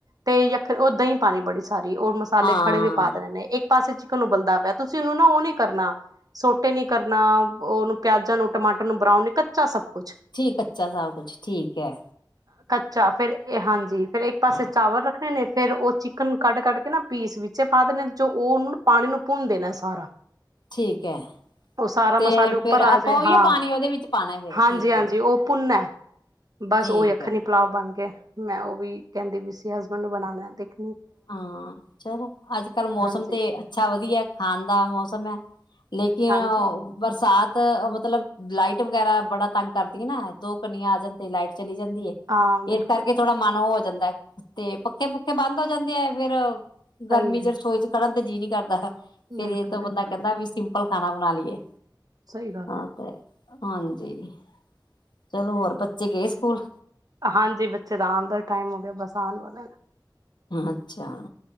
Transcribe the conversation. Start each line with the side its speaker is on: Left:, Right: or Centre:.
Right: ਤੇ ਯ ਉਹ ਦਹੀਂ ਪਾਉਣੀ ਬੜੀ ਸਾਰੀ ਉਹ ਮਸਾਲੇ
Left: ਹਾਂ
Right: ਖੜੇ ਵੀ ਪਾ ਦੇਣੇ ਨੇ ਇੱਕ ਪਾਸੇ ਚਕਨ ਨੂੰ ਬਲਦਾ ਪਿਆ ਤੁਸੀਂ ਉਹਨੂੰ ਨਾ ਉਹ ਨੀ ਕਰਨਾ ਸੋਟੇ ਨੀ ਕਰਨਾ ਉਹਨੂੰ ਪਿਆਜਾਂ ਨੂੰ ਟਮਾਟਰ ਨੂੰ ਬਰਾਉਨ ਨੀ ਕੱਚਾ ਸਭ ਕੁਛ
Left: ਠੀਕ ਕੱਚਾ ਸਭ ਕੁਛ ਠੀਕ ਹੈ।
Right: ਕੱਚਾ ਫੇਰ ਇਹ ਹਾਂਜੀ ਫੇਰ ਇੱਕ ਪਾਸੇ ਚਾਵਲ ਰੱਖ ਫੇਰ ਉਹ ਚਿਕਨ ਕੱਢ ਕੱਢ ਕੇ ਨਾ ਪੀਸ ਵਿੱਚ ਪਾ ਦੇ ਨੇ ਜੋ ਉਹਨ ਨੂੰ ਪਾਣੀ ਨੂੰ ਭੁੰਨਦੇ ਨੇ ਸਾਰਾ
Left: ਠੀਕ ਹੈ।
Right: ਉਹ ਸਾਰਾ
Left: ਤੇ
Right: ਮਸਾਲੇ ਉੱਪਰ
Left: ਫੇਰ
Right: ਆ
Left: ਆਪਾਂ
Right: ਜਾਏ
Left: ਉਹੀਓ
Right: ਹਾਂ
Left: ਪਾਣੀ ਉਹਦੇ ਵਿੱਚ ਪਾਉਣਾ ਫੇਰ
Right: ਹਾਂਜੀ
Left: ਠੀਕ
Right: ਹਾਂਜੀ
Left: ਹੈ
Right: ਉਹ ਭੁੰਨ ਹੈ ਬਸ
Left: ਠੀਕ
Right: ਉਹੀ ਅੱਖਰ
Left: ਹੈ
Right: ਨੀ ਪਲਾਓ ਬਣ ਗਏ ਮੈਂ ਉਹ ਵੀ ਕਹਿੰਦੇ ਵੀ ਸੀ ਹਸਬੈਂਡ ਨੂੰ ਬਣਾਉਣਾ ਦੇਖ
Left: ਹਾਂ ਚਲੋ ਅੱਜ ਕੱਲ ਮੌਸਮ
Right: ਹਾਂਜੀ
Left: ਤੇ ਅੱਛਾ ਵਧੀਆ ਖਾਣ ਦਾ ਮੌਸਮ ਹੈ। ਲੇਕਿਨ
Right: ਹਾਂਜੀ
Left: ਬਰਸਾਤ ਮਤਲਬ ਲਾਈਟ ਵਗੈਰਾ ਬੜਾ ਤੰਗ ਕਰਦੀ ਹੈ ਨਾ ਦੋ ਕਨੀਆਂ ਆ ਜਾਂਦੇ ਲਾਈਟ ਚਲੀ ਜਾਂਦੀ ਏ ਇਸ
Right: ਹਾਂ ਬਿਲਕੁਲ
Left: ਕਰਕੇ ਥੋੜਾ ਮਨ ਉਹ ਹੋ ਜਾਂਦਾ ਤੇ ਪੱਖੇ ਪੁੱਖੇ ਬੰਦ ਹੋ ਜਾਂਦੇ ਆ ਫੇਰ ਗਰਮੀ
Right: ਸਹੀ ਹੈ
Left: ਚ ਰਸੋਈ ਚ ਖੜਨ ਤੇ ਜੀਅ ਨੀ ਕਰਦਾ ਫੇਰ
Right: ਬਿਲਕੁਲ
Left: ਇਹ ਤੋਂ
Right: ਬਿਲਕੁਲ
Left: ਬੰਦਾ ਕਹਿੰਦਾ ਵੀ ਲ ਖਾਣਾ ਬਣਾ ਲਈਏ
Right: ਸਹੀ ਗੱਲ
Left: ਹਾਂ
Right: ਹੈ
Left: ਤੇ ਹਾਂਜੀ ਚਲੋ ਹੋਰ ਬੱਚੇ ਗਏ ਸਕੂਲ?
Right: ਹਾਂਜੀ ਬੱਚੇ ਦਾ ਆਉਣ ਦਾ ਟਾਈਮ ਹੋ ਗਿਆ ਬਸ ਆਉਣ ਵਾਲੇ
Left: ਅੱਛਾ